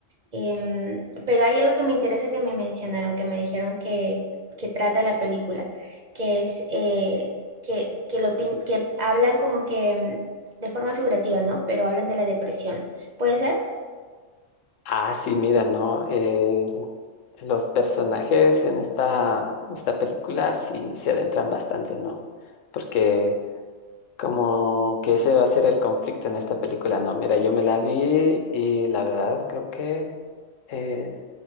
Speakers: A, on the right (about 40°); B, on the left (about 80°).
A: em, pero hay algo que me interesa que me mencionaron, que me dijeron que, que trata la película, que es eh, que, que, lo, pin- que hablan como que em, de forma figurativa, ¿no? Pero hablan de la depresión. ¿Puede ser?
B: Ah, sí, mira, ¿no? Eh, los personajes en esta, en esta película sí se adentran bastante, ¿no? Porque como que ese va a ser el conflicto en esta película, ¿no? Mira, yo me la vi y la verdad creo que... eh,